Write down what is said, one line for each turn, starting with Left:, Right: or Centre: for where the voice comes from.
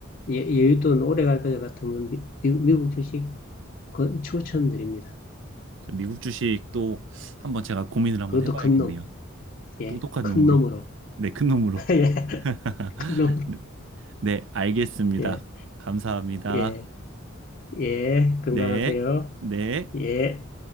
Left: 예- 여윳돈 오래 갈 것 같으면 미, 미- 미국 주식 건 추천드립니다.
Right: 그래서 미국 주식도 한번 제가 고민을 한번
Left: 그것도
Right: 해봐야겠네요.
Left: 큰 놈. 예,
Right: 똑똑한
Left: 큰
Right: 놈으로.
Left: 놈으로.
Right: 네, 큰 놈으로.
Left: <laughs> 예,
Right: <laughs>
Left: 큰 놈으로.
Right: 네, 알겠습니다.
Left: 예,
Right: 감사합니다.
Left: 예, 예. 건강하세요.
Right: 네, 네.
Left: 예.